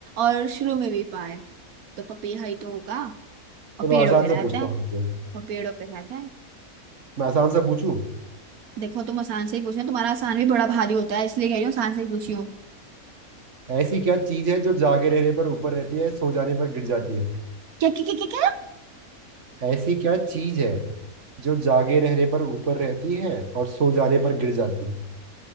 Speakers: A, on the right (about 80°); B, on the right (about 55°).
A: और शुरू में भी पा है तो पपीहा ही तो होगा और
B: चलो
A: पेड़ों
B: आसान
A: पे
B: सा
A: रहता
B: पूछता
A: है
B: हूँ तुमको।
A: और पेड़ों पे रहता है
B: मैं आसान सा पूछूं
A: देखो तुम आसान से ही पूछ रहे हो तुम्हारा आसान भी बड़ा भारी होता है इसलिए कह रही हूँ आसान से ही पूछी हूँ
B: ऐसी क्या चीज है जो जागे रहने पर ऊपर रहती है सो जाने पर गिर जाती है
A: क्या क्या क्या क्या
B: ऐसी क्या चीज है जो जागे रहने पर ऊपर रहती है और सो जाने पर गिर जाती है